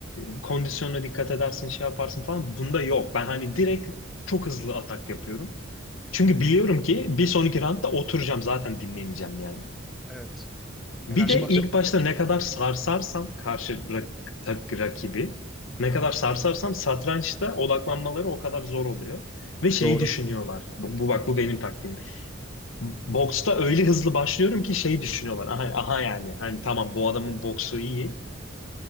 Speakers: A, on the left (about 85°); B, in the centre.
A: e, kondisyonuna dikkat edersin şey yaparsın falan. Bunda yok. Ben hani direkt çok hızlı atak yapıyorum. Çünkü biliyorum ki bir sonraki roundda oturacağım zaten dinleneceğim yani.
B: Evet.
A: Bir
B: Enerjimi
A: de
B: harcamama
A: ilk başta
B: gerek
A: ne
B: yok.
A: kadar sarsarsam karşı rak- tak- rakibi ne kadar sarsarsam satrançta odaklanmaları o kadar zor oluyor. Ve şeyi
B: Doğru.
A: düşünüyorlar. Bu, bu bak bu benim taktiğim. Boksta öyle hızlı başlıyorum ki şey düşünüyorlar. Aha, aha yani hani tamam bu adamın boksu iyi.